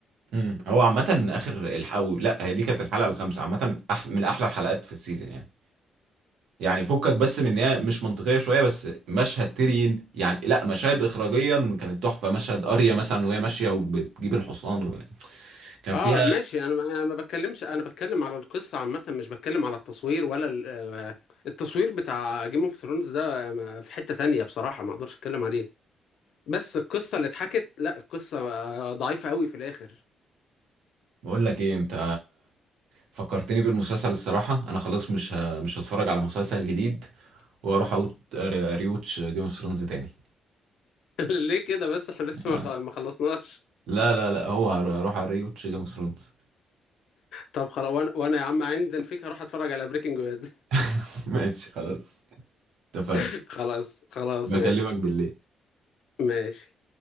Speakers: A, on the right; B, on the left.
A: مم. هو عامة اخر الحلقة لا هي دي كانت الحلقة الخامسة عامة أح... من احلى الحلقات في السيزون يعني يعني فكك بس من ان هي مش منطقية شوية بس مشهد تيرين يعني لا مشاهد اخراجيا كانت تحفة مشهد اريا مثلا وهي ماشية وبتجيب الحصان و... كان
B: اه
A: فيها
B: ماشي انا ما أنا ما بتكلمش انا بتكلم على القصه عامه مش بتكلم على التصوير ولا ال- آه، التصوير بتاع جيم اوف ثرونز ده آه، ما- في حتة تانية بصراحة ما اقدرش اتكلم عليه بس القصة اللي اتحكت لا القصة آه، ضعيفة قوي في الآخر
A: بقول لك ايه انت فكرتني بالمسلسل الصراحة انا خلاص مش ه... مش هتفرج على مسلسل جديد واروح اقول ريوتش جيم اوف ثرونز تاني
B: <laughs> ليه كده بس احنا لسه
A: آه.
B: ما خ- ما خلصناش
A: لا لا لا هو هروح اريوتش جيم اوف ثرونز.
B: طب خلاص وانا وأنا يا عم عندي فيك هروح اتفرج على بريكنج باد
A: <laughs> ماشي خلاص اتفقنا
B: <laughs> خلاص خلاص
A: بكلمك
B: ماشي
A: بالليل
B: ماشي